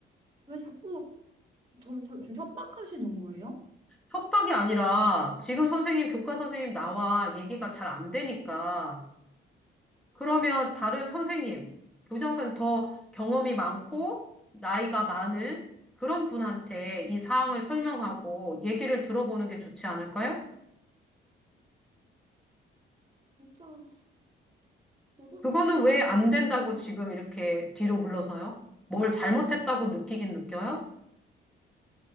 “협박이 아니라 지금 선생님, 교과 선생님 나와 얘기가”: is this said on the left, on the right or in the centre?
Centre